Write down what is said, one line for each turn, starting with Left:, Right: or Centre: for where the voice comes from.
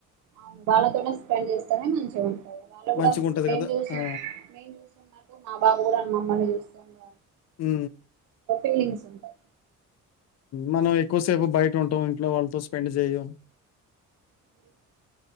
Right: అవును వాళ్ళతో స్పెండ్ చేస్తేనే మంచిగా ఉంటాయి వాళ్ళ కూడా
Left: మంచిగుంటది
Right: మేము
Left: గదా!
Right: చూసింది
Left: ఆ!
Right: మే చూసే మా బాబు కూడా అ మమ్మల్ని చూస్త ఉని
Left: హు
Right: ట్విన్స్ ఉంటారు
Left: మనం ఎక్కువసేపు బయట ఉంటాం ఇంట్లో వాళ్ళతో స్పెండ్ చేయ్యం
Right: అ